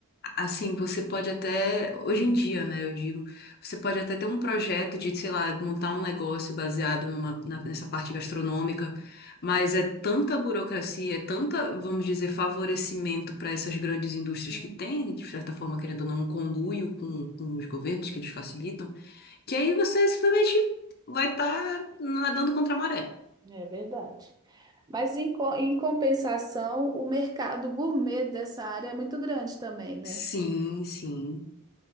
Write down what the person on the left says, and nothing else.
Assim, você pode até, hoje em dia, né, eu digo, você pode até ter um projeto de, sei lá, montar um negócio baseado numa, na- nessa parte gastronômica, mas é tanta burocracia, é tanta, vamos dizer, favorecimento para essas grandes indústrias
que têm, de certa forma, querendo ou não, um conluio com, com os governos que eles facilitam, que aí você simplesmente vai estar nadando contra a maré.
Sim, sim.